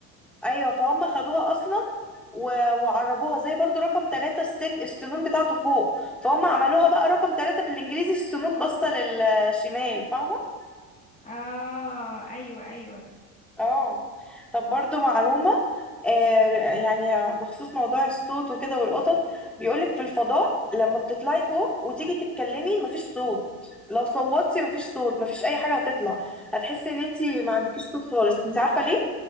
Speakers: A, in the centre; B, on the left.
A: ايوه فهم خدوها اصلا و- وقربوها زي برضو رقم ثلاثة السن السنون بتاعته فوق فهم عملوها بقى رقم ثلاثة بالانجليزي السنون باصة للشمال فاهمة؟
B: اه ايوه ايوه
A: اه طب برضو معلومة آه يعني بخصوص موضوع الصوت وكده والقطط بيقولك في الفضاء لما بتطلعي فوق وتيجي تتكلمي مفيش صوت لو صوتي مفيش صوت مفيش اي حاجة هتطلع هتحسي ان انتي ما عندكيش صوت خالص انت عارفة ليه؟